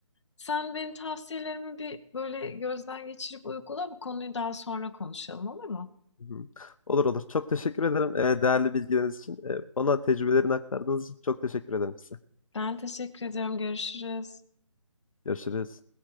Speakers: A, on the left (about 60°); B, on the left (about 90°).
A: Sen benim tavsiyelerimi bir böyle gözden geçirip uygula bu konuyu daha sonra konuşalım olur mu?
B: Hı hı. Olur olur. Çok teşekkür ederim e, değerli bilgileriniz için. E, Bana tecrübelerini aktardığınız için çok teşekkür ederim size.
A: Ben teşekkür ediyorum. Görüşürüz.
B: Görüşürüz.